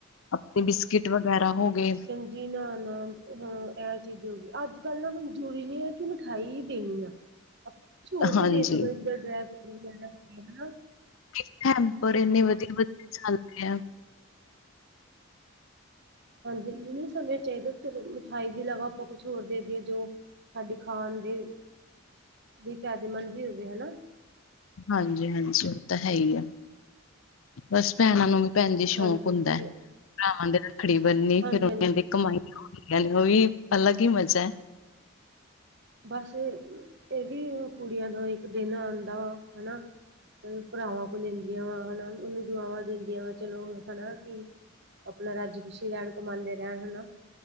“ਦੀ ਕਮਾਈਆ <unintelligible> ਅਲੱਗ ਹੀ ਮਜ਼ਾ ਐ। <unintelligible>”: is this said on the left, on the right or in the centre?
Left